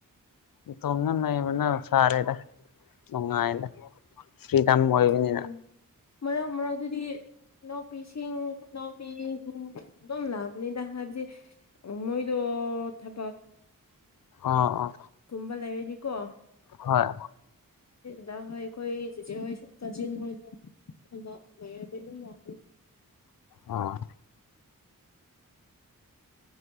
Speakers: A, on the left; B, on the left.
A: ꯏꯇꯣꯝꯗ ꯅꯩꯕꯅ ꯐꯔꯦꯗ ꯅꯨꯡꯉꯥꯏꯗ ꯐ꯭ꯔꯤꯗꯝ ꯑꯣꯏꯕꯅꯤꯅ
B: ꯎꯝ ꯃꯔꯛ ꯃꯔꯛꯇꯗꯤ ꯏꯅꯥꯎꯄꯤꯁꯤꯡ ꯏꯅꯥꯎꯄꯤ ꯗꯨꯝ ꯑꯗꯨꯝ ꯂꯥꯛꯄꯅꯤꯗ ꯍꯥꯏ ꯍꯥꯏꯕꯗꯤ ꯃꯣꯏꯗꯣ ꯊꯕꯛ
A: ꯑꯥ ꯑꯥ
B: ꯀꯨꯝꯕꯜꯂ ꯍꯥꯏꯗꯤꯀꯣ
A: ꯍꯣꯏ
B: ꯍꯣꯏ ꯑꯩꯈꯣꯏ ꯆꯦ ꯍꯣꯏ ꯀ ꯍꯣꯏ ꯊ ꯃꯗꯤ ꯅ ꯂ
A: ꯑꯥ